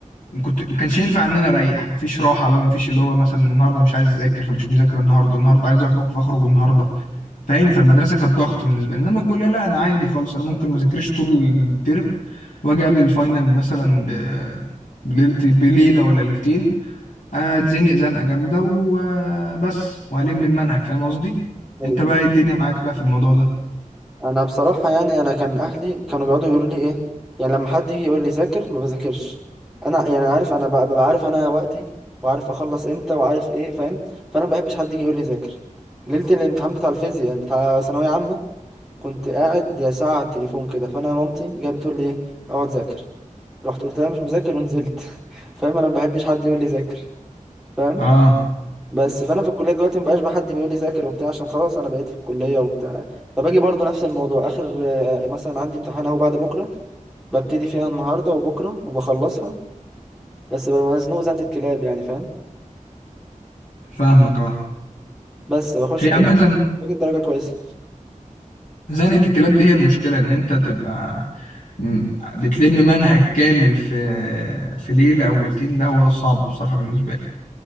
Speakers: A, on the left; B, in the centre.
A: ما كنت ما كانش ينفع ان انا اريح مفيش راحه بقى مفيش اللي هو مثلا النهارده مش عايز اذاكر فمش مذاكر النهارده النهارده عايز اخرج فاخرج النهارده فاهم فالمدرسه كانت ضغط بالنسبه لي انما الكليه لا انا عادي خالص انا ممكن ما اذاكرش طول الترم واجي قبل الفاينل مثلا ب... بليلة بليله ولا ليلتين اتزنق زنقه جامده وبس وهلم المنهج فاهم قصدي
B: ايوه
A: انت بقى إيه الدنيا معاك بقى في الموضوع ده
B: انا بصراحه يعني انا كان اهلي كانوا بيقعدوا يقولوا لي ايه يعني لما حد يجي يقول لي ذاكر ما بذاكرش انا يعني عارف انا ببقى ببقى عارف انا وقتي وعارف اخلص امتى وعارف ايه فاهم فانا ما بحبش حد يجي يقول لي ذاكر ليله الامتحان بتاع الفيزياء بتاع ثانويه عامه كنت قاعد ساعه على التليفون كده فانا مامتي جايه بتقول لي ايه اقعد ذاكر رحت قلت لها مش مذاكر ونزلت <laughs> فاهم انا ما بحبش حد يقول لي ذاكر فاهم
A: اه
B: بس فانا في الكليه دلوقتي ما بقاش بقى حد بيقول لي ذاكر وبتاع عشان خلاص انا بقيت في الكليه وبتاع فباجي برضو نفس الموضوع اخر آه، مثلا عندي امتحان اهو بعد بكره ببتدي فيها النهارده وبكره وبخلصها بس ببقى مزنوق زنة كلاب يعني فاهم
A: فاهمك اه
B: بس بخش
A: هي
B: الامتحان
A: عامه
B: باجيب درجه كويسه
A: زنقة الكلاب دي هي المشكلة إن أنت تبقى م- بتلم منهج كامل في في ليلة أو ليلتين ده هو ده الصعب بصراحة بالنسبة لي